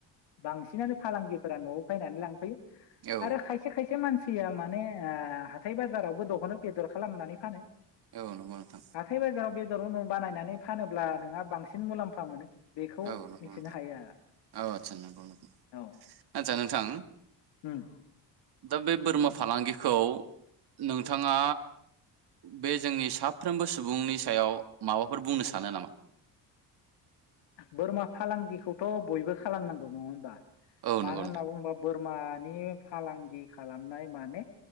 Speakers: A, on the left; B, on the right.
A: बांसिनानो फालांगिफोरा न'आव बायनानै लांफैयो
B: औ
A: आरो खायसे खायसे मानसि सिया माने हाथाय बाजाराव बो दह'नो बेदर खालामनानै फानो
B: औ नंगौ नोंथां
A: हाथाय बाजाराव बेदर रनो बानायनानै फानोब्ला नोंहा बांसिन मुलाम्फा मोनो। बेखौ
B: औ नंगौ
A: मिथिनो
B: नोंथां
A: हायो आरो
B: औ आथसा नंगौ नंगौ
A: औ
B: आथसा नोंथां।
A: उम
B: दा बे बोरमा
A: नोंथां
B: फालांगिखौ नोंथाङा बे जोंनि साफ्रोमबो सुबुंनि सायाव माबाफोर बुंनो सानो नामा?
A: बोरमा फालांगिखौथ' बयबो खालामनांगौ नङा होमबा।
B: औ
A: मानो
B: नंगौ
A: होनना
B: नोंथां
A: बुंबा बोर माने फालांगि खालामनाय माने